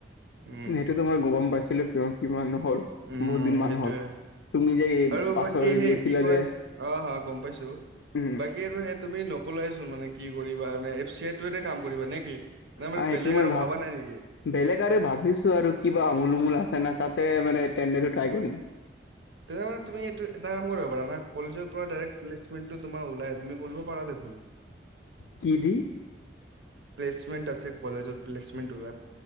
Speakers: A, on the right (about 75°); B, on the left (about 80°).
A: উম
B: সেইটোতো মই গম পাইছিলো কিয় কি মানুহ হ'ল।
A: উম,
B: বহুত দিন মান
A: সেইটোয়ে।
B: হ'ল। তুমি যে এই
A: আৰু
B: পাছত
A: বাকী সেই
B: গেছিলা
A: কি কয়
B: যে
A: অ', অ', গম পাইছো।
B: উম,
A: বাকী আৰু সেই তুমি নকলাই চোন মানে কি কৰিবা মানে এফ চি আই তোয়েতে কাম কৰিবা নে কি? নে মানে
B: আ,
A: বেলেগ
B: এইটো মই
A: আৰু
B: ভাব
A: ভাবা নাই নেকি
B: বেলেগ আৰু ভাবিছোঁ আৰু কিবা আমোল উমোল আছে না তাতে মানে ট্ৰেণ্ডাৰটো ট্ৰাই কৰিম।
A: তেনে মানে তুমি এইটো এটা কাম কৰিব পাৰা না, কলেজৰ পৰা ডাইৰেক্ প্লেচমেনটো তোমাৰ ওলাই, তুমি কৰিব পাৰা দেখোন।
B: কি দি?
A: প্লেচমেন্ট আছে কলেজত প্লেচমেট ওলা